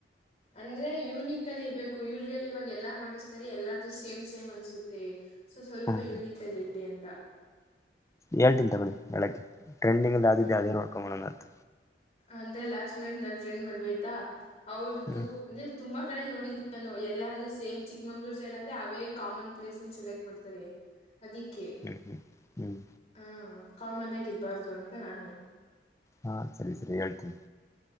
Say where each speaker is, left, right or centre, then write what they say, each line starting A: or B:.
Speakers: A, on the left; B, on the left.
A: ಅಂದ್ರೆ ಯೂನಿಕ್ ಅಲ್ಲಿ ಇರ್ಬೇಕು ಯೂಜಲಿ ಇವಾಗ ಎಲ್ಲಾ ಮಾಡಿಸ್ತಾರೆ ಎಲ್ಲಾರ್ದು ಸೇಮ್ ಸೇಮ್ ಅನ್ಸುತ್ತೆ ಸೊ ಸ್ವಲ್ಪ
B: ಹ್ಮ್
A: ಯುನೀಕ್ ಅಲ್ಲಿದೆ ಅಂತ
B: ಹೇಳ್ತೀನ್ ತಗಳಿ ಬೆಳಗ್ಗೆ ಟ್ರೆಂಡಿಂಗ್ಲ್ಲಿ
A: ಹ್ಮ
B: ಯಿದೆ ಅದೇನ್ ನೋಡ್ಕೊಣ ಅಂತ
A: ಅಂದ್ರೆ ಲಾಸ್ಟ್ ಮಂತ್ ನನ್ ಫ್ರೆಂಡ್ ಮದ್ವೆ ಆಯ್ತಾ ಅವ್ರದ್ದು
B: ಹ್ಮ್
A: ಅಂದ್ರೆ ತುಂಬಾ ಕಡೆ ನೋಡಿದಿ ನಾನು ಎಲ್ಲಾರು ಸೇ್ ಚಿಕ್ಮಂಗಗಳೂರು ಸೈಡ್ ಅಂದ ಅವೇ ಕಾಮನ್ ಪ್ಲೇಸ್ ಅ ಸೆಲೆಕ್ಟ್ ಮಾಡ್ತವಿ ಅದಕ್ಕೆ
B: ಹ್ಮ್ ಹ್ಮ್ ಹ್ಮ್
A: ಹ ಕಾಲ್ ಮನ್ಯಗ ಇರಬಾರ್ದು ಅಂತ ನಾನು
B: ಹಾ ಸರಿ ಸರಿ ಹೇಳ್ತೀನಿ